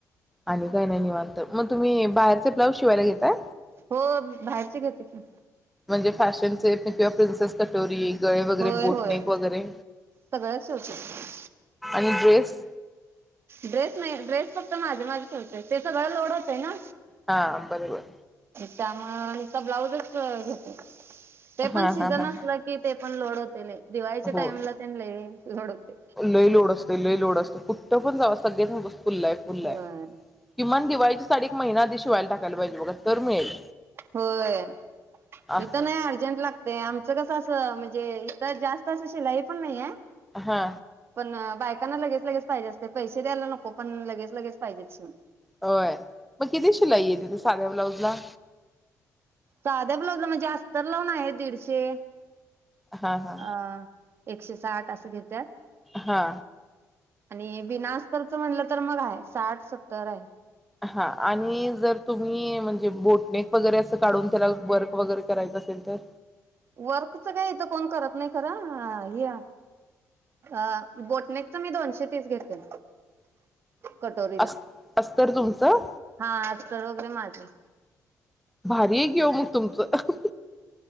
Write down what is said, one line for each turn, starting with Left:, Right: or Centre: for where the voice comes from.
Centre: आणि काय नाही, निवांत मग तुम्ही बाहिरचे ब्लाऊज शिवायला घेताय.
Right: हो बाहेरची घेते की,
Centre: म्हणजे फॅशनचे किंवा प्रिन्सेस कटोरी, गळे वगैरे
Right: होय
Centre: बोटनेक
Right: होय
Centre: वगैरे
Right: सगळचं शिवतोय.
Centre: आणि ड्रेस
Right: ड्रेस नाही ड्रेस फक्त माझे माझे शिवतोय. ते सगळं लोड होतय ना,
Centre: हा बरोबर
Right: त्यामुळं नुसता ब्लाऊजच घेतो. ते
Centre: हा
Right: पण सिझन
Centre: हा हा
Right: असलं
Centre: हा
Right: की ते ते पण लोड होतय लय. दिवाळीच्या
Centre: हो
Right: टाइमला तेन लय लोड होतय.
Centre: लय लोड असतोय लय लोड असत. कुठं पण जाव सगळे सांग फुल्ल हाय, फुल्ल हाय,
Right: होय
Centre: किमान दिवाळीत साडी एक महिना आधी शिवायला टाकायला पाहिजे बघा, तर मिळेल.
Right: होय,
Centre: असं
Right: इथं नाय, अर्जंट लागतंया. तर कसं असं म्हणजे, इथं जास्त असं शिलाई पण नाही हाय.
Centre: हां
Right: हं बायकांना लगेच लगेच द्यायला पाहिजे असतं. पैसे द्यायला नको, पण लगेच लगेच पाहिजेत शिवून
Centre: होय, मग किती शिलाई आहे, तिथे साध्या ब्लाऊजला.
Right: साधे ब्लाऊज म्हणजे अस्तर लावून आहेत. दिडशे,
Centre: हा हा
Right: अं एकशे साठ असं घेत त्यात
Centre: हा
Right: आणि बिनाअस्तरचं म्हणलं तर मग हाय, साठ सत्तर हाय.
Centre: हां आणि जर तुम्ही म्हणजे बोट नेक वगैरे असं काढून त्याला वर्क वगैरे करायचं असेल तर
Right: वर्कचं काय इथं कोण करत नाही खरं, ह्या अं बोटनेकचं मी दोनशे तीस घेते. कटोरीला,
Centre: अस अस्तर तुमचं
Right: हां आज <inaudible> माझी.
Centre: भारी हाय की घेऊ मग तुमचं,